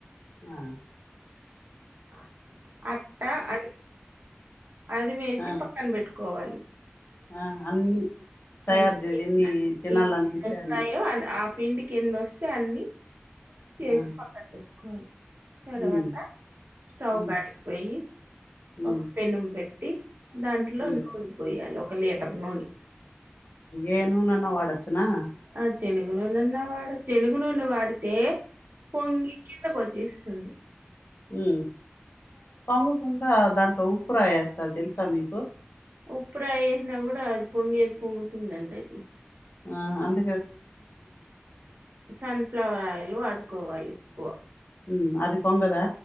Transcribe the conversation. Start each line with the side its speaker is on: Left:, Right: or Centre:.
Left: ఆ
Right: ఆ అట్టా అది అదిమివేసి
Left: ఆ
Right: పక్కన పెట్టుకో కోవాలి
Left: ఆ అన్నీ తయారు
Right: అన్ని
Left: చే ఎన్ని
Right: అన్ని
Left: తినాలనిపిస్తే
Right: ఎన్ని వస్తాయో
Left: అన్ని
Right: అన్- ఆ పిండికి ఎన్ని వస్తె అన్ని చేసి
Left: ఆ
Right: పక్కన పెట్టు కోవాలి తర్వాత
Left: హ్మ్
Right: స్టవ్
Left: హ్మ్
Right: కాడికిపోయి
Left: హ్మ్
Right: ఒక పెనుం పెట్ దాంట్లో
Left: హ్మ్
Right: నూనె పోయాలి ఒక్ ఒక లీటర్ నూని
Left: ఏను నన్న వాడొచ్చునా
Right: ఆ చెనుగు నూనెన్నా వాడచ్ చెనుగు నూనె వాడితే పొంగి ఎంత కొచ్చ చేస్తుంది
Left: ఉ పొంగుకుంటద్ దాంట్లో ఉప్పు రాయి వేస్తారు తెలుసా మీకు
Right: ఉప్పురాయేసిన కూడా అది పొంగేది పొంగుతుందండి అది
Left: ఆ అన్
Right: సన్ఫ్లవర్ ఆయల్ వాడు కోవాలి ఎక్కువ
Left: ఉమ్ అది పొంగదా